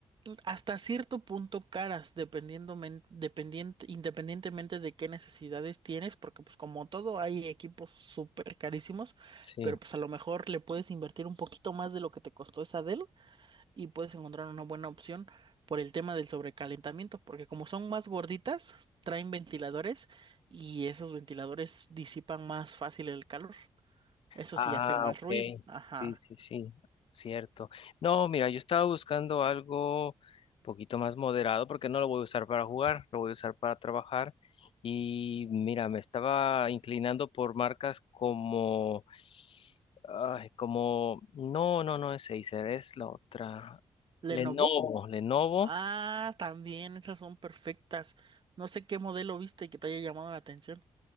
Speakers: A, on the right; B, on the left.
A: hasta cierto punto caras, dependiendo, men- dependiente- independientemente de qué necesidades tienes, porque pues como todo hay equipos súper carísimos,
B: Sí.
A: pero pues a lo mejor le puedes invertir un poquito más de lo que te costó esa Dell y puedes encontrar una buena opción por el tema del sobrecalentamiento, porque como son más gorditas, traen ventiladores y esos ventiladores disipan más fácil el calor. Eso
B: Ah,
A: sí, hacen más
B: ok.
A: ruido. Ajá.
B: Sí, sí, sí. Cierto. No, mira, yo estaba buscando algo un poquito más moderado porque no lo voy a usar para jugar, lo voy a usar para trabajar. Y mira, me estaba inclinando por marcas como, ay, como, no, no, no es Acer, es la otra.
A: Lenovo.
B: Lenovo, Lenovo.
A: Ah, también, esas son perfectas. No sé qué modelo viste y que te haya llamado la atención.